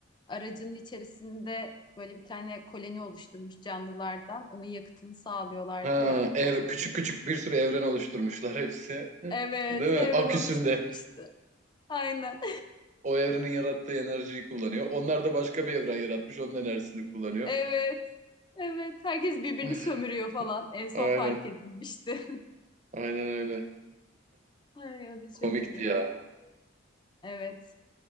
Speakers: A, on the left (about 25°); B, on the right (about 35°).
A: aracının içerisinde böyle bir tane koloni oluşturmuş canlılardan. Onun yakıtını sağlıyorlardı
B: Ha,
A: ya
B: ev,
A: topluluk.
B: küçük küçük bir sürü evren oluşturmuşlar hepsi.
A: Evet
B: Değil
A: evren
B: mi? Aküsünde
A: oluşturmuştu. Aynen.
B: o evrenin yarattığı enerjiyi kullanıyor. Onlar da başka bir evren yaratmış, onun enerjisini kullanıyor.
A: Evet. Evet. Herkes birbirini
B: <sighs>
A: sömürüyor falan. En son
B: Aynen,
A: fark edilmişti.
B: aynen öyle.
A: <laughs> Ay, o da
B: Komikti
A: çok iyi.
B: ya.
A: Evet.